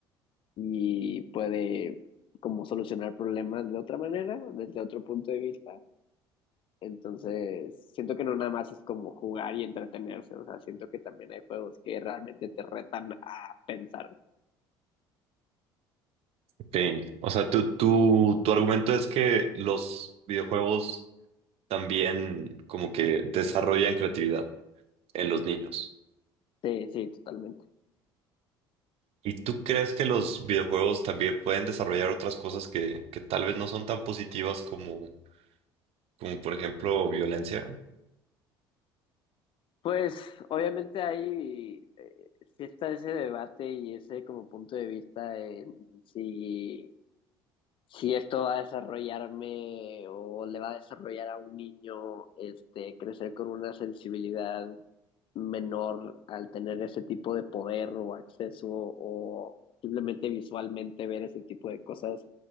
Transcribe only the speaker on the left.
y puede como solucionar problemas de otra manera, desde otro punto de vista. Entonces, siento que no nada más es como jugar y entretenerse, o sea, siento que también hay juegos que realmente te retan a pensar.
Sí, sí, totalmente.
Pues obviamente hay, eh, sí está ese debate y ese como punto de vista en si, si esto va a desarrollarme o le va a desarrollar a un niño este, crecer con una sensibilidad menor al tener ese tipo de poder o acceso o simplemente visualmente ver ese tipo de cosas